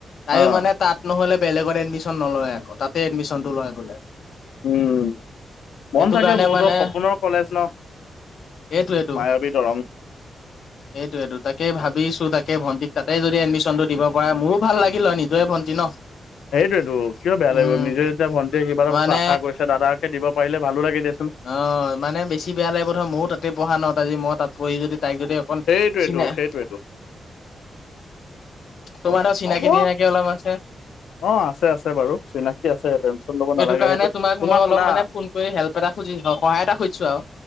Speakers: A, on the left; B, on the left.
A: তাইও
B: অ',
A: মানে, তাত নহ'লে বেলেগত এডমিচন নলয় আকৌ, তাতে এডমিচনটো লয় বোলে
B: উম,
A: সেইটো
B: মন থাকে
A: কাৰণে
B: বহুতৰ
A: মানে
B: সপোনৰ কলেজ ন?
A: সেইটোৱেটো,
B: মায়াবী দৰং।
A: সেইটোৱে তাকে ভাবিছো তাকে ভণ্টিক তাতে যদি এডমিশ্যনতটো দিব পাৰে মোৰো ভাল লাগিল হয় নিজৰে ভণ্টি ন
B: সেইটোৱেতটো কিয় বেয়া
A: উম
B: লাগিব নিজে যেতিয়া ভণ্টিয়ে কিবা এটা
A: মানে
B: বস্তু আশা কৰিছে দাদাকে দিব পাৰিলে ভালো লাগে দ
A: অ মানে বেছি বেয়া লাগে প্ৰথম ময়ো তাতে পঢ়া ন আজি মই তাত পঢ়ি যদি তাইক যদি অকণ
B: সেইটোৱেতো
A: চিনে
B: সেইটোৱেতো
A: তোমাৰেও চিনাকি
B: হ'ব
A: চিনাকি অলপ আছে
B: অ আছে আছে বাৰু চিনাকি আছে টেনচন ল'ব নালাগে
A: এইটো কাৰণে
B: সেইটো
A: তোমাক মই
B: শুনা
A: অলপ মানে ফোন কৰি হেল্প এটা খুজি সহায় এটা খুজিছো আৰু